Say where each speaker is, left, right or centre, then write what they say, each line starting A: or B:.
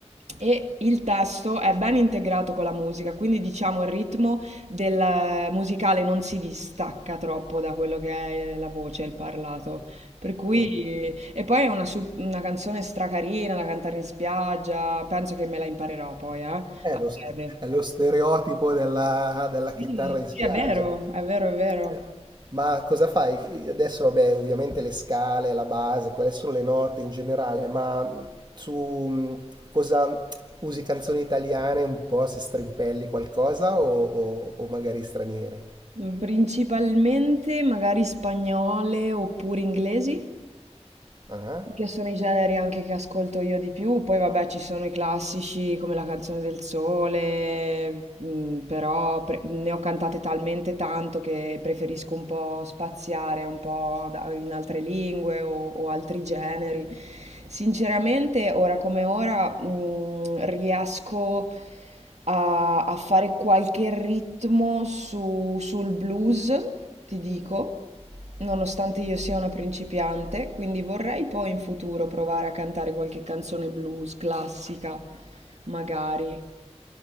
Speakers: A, on the right; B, on the right.
A: E il testo è ben integrato con la musica, quindi diciamo il ritmo del musicale non si distacca troppo da quello che è la voce, il parlato. Per cui...
B: Mm.
A: E poi è una, su- una canzone stracarina da cantare in spiaggia, penso che me la imparerò poi, eh, a
B: È lo,
A: breve.
B: s- è lo stereotipo della, della chitarra
A: Sì,
B: in
A: sì,
B: spiaggia.
A: è vero, è vero, è vero.
B: Eh, Ma cosa fai? Adesso, vabbè, ovviamente le scale, la base, quelle sono le note in generale, ma mh, su mh, cosa usi canzoni italiane un po' se strimpelli qualcosa o, o- o magari straniere?
A: Mm, Principalmente magari spagnole oppure inglesi,
B: Ah?
A: che sono i generi anche che ascolto io di più. Poi vabbè ci sono i classici come La canzone del sole, mm, però pre- ne ho cantate talmente tanto che preferisco un po' spaziare un po' da- in altre lingue o, o altri generi. Sinceramente, ora come ora, mm, riesco a, a fare qualche ritmo su- sul blues, ti dico, nonostante io sia una principiante, quindi vorrei poi in futuro provare a cantare qualche canzone blues classica, magari.